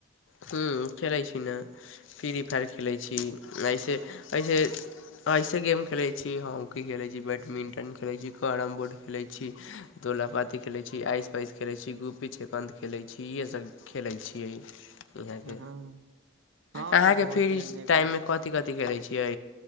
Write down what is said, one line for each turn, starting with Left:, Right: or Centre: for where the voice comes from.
Left: हूँ खेलै छी न फ्री फायर खेलै छी अइसे अइसे अइसे गेम खेलै छी हॉकी खेलै छी बैडमिंटन खेलै छी कैरम बोर्ड खेलै छी दोलापाती खेलै छी आइस-पाइस खेलैत छी गुपी छेेकन्द खेलैत छी इहे सब खेलै छियै इहाँ
Right: हँ
Left: के
Right: हम
Left: अहाँके
Right: तऽ बहुत
Left: फिर
Right: ही
Left: इस
Right: अनेक
Left: टाइम
Right: प्रकार
Left: मे कथि-कथि खेलै छियै